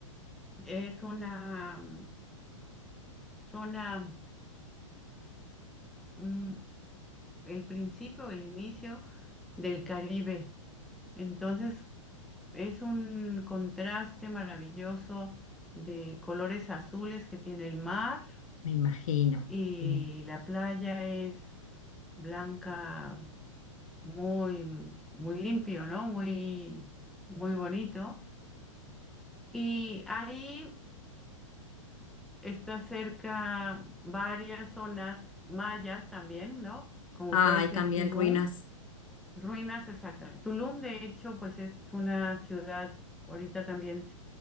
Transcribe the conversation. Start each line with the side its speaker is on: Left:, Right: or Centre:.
Centre: es una mm, zona, mm, el principio, el inicio del Caribe. Entonces, es un contraste maravilloso de colores azules que tiene el mar
Left: Me imagino,
Centre: y
Left: sí.
Centre: la playa es blanca muy, muy limpio, ¿no? Muy, muy bonito. Y ahí está cerca varias zonas mayas también, ¿no? Como
Left: Ah,
Centre: puede
Left: hay
Centre: ser
Left: también
Centre: Tulum,
Left: ruinas.
Centre: ruinas exactas. Tulum, de hecho, pues es una ciudad ahorita también